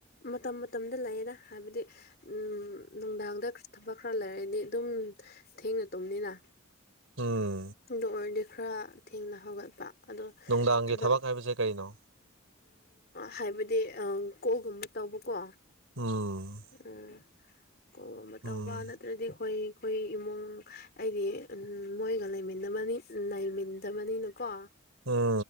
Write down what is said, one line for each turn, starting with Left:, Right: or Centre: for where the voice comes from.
Left: ꯃꯇꯝ ꯃꯇꯝꯗ ꯂꯩꯌꯦꯅ ꯍꯥꯏꯕꯗꯤ ꯎꯝ ꯅꯨꯡꯗꯥꯡꯗ ꯊꯕꯛ ꯈꯔ ꯂꯩꯔꯗꯤ ꯑꯗꯨꯝ ꯊꯦꯡꯅ ꯇꯨꯝꯅꯤꯅ
Right: ꯎꯝ
Left: ꯑꯗꯨ ꯑꯣꯏꯔꯗꯤ ꯈꯔ ꯊꯦꯡꯅ ꯍꯧꯒꯠꯄ ꯑꯗꯣ
Right: ꯅꯨꯡꯗꯥꯡꯒꯤ
Left: ꯊꯕꯛ
Right: ꯍꯥꯏꯕꯁꯦ ꯀꯔꯤꯅꯣ
Left: ꯍꯥꯏꯕꯗꯤ ꯀꯣꯜꯒꯨꯝꯕ ꯇꯧꯕꯀꯣ
Right: ꯎꯝ
Left: ꯎꯝ ꯀꯣꯒꯨꯝꯕ
Right: ꯎꯝ
Left: ꯇꯧꯕ ꯅꯠꯇ꯭ꯔꯗꯤ ꯑꯩꯈꯣꯏ ꯑꯩꯈꯣꯏ ꯏꯃꯨꯡ ꯑꯩꯗꯤ ꯃꯣꯏꯒ ꯂꯩꯃꯤꯟꯅꯕꯅꯤ ꯂꯩꯃꯤꯟꯅꯗꯕꯅꯤꯅꯀꯣ
Right: ꯎꯝ